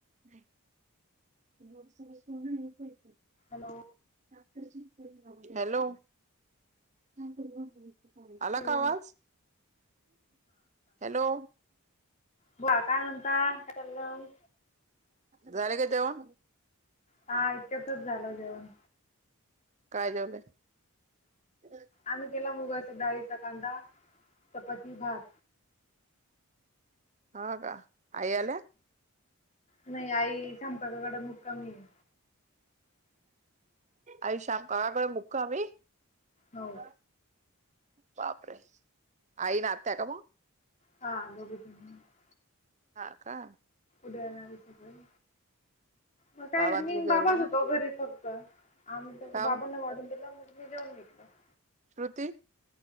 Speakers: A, on the right; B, on the left.
A: नाही. लोक सगळं सोनं नाही पाहयते.
B: हॅलो!
A: <unintelligible> हॅलो! <unintelligible> आला
B: ठेवू
A: का आवाज? हॅलो!
B: बुवा काय म्हणता? काय चाल मंग.
A: झालं काय जेवण?
B: हा इतक्यातच झालं जेवण.
A: काय जेवलय? <inaudible>
B: आम्ही केला मुगाचा डाळीचा कांदा, चपाती, भात.
A: हा का? आई आल्या?
B: नाही आई संपाककड मुक्कामी आहे.
A: अई श्याम ककाकडे मुक्कामी?
B: हो
A: आ? बापरे आई राहत्या का म?
B: हा दोघीपण हाईत.
A: हा का.
B: उधळणार <unintelligible> सकाळी. मग काय
A: बाबां
B: मी
A: तुम्ही
B: न
A: जेवले
B: बाबाच
A: का मग
B: होतो घरी फक्त, आम्ही दोघ
A: का
B: बाबांना
A: ओ
B: वाढून दिलं मग मी जेऊन घे <unintelligible>
A: श्रुती.